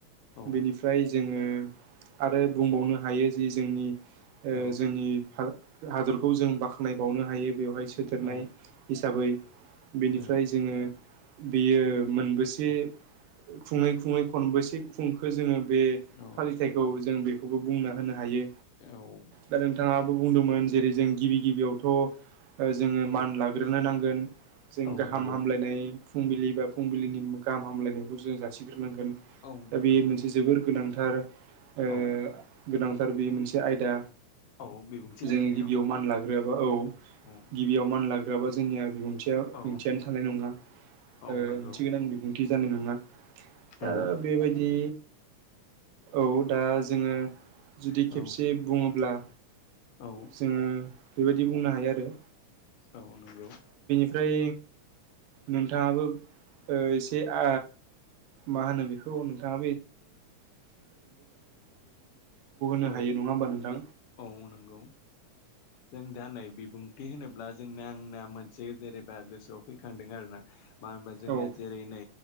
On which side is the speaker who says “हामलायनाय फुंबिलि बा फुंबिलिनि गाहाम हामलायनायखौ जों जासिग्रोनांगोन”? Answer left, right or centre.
Right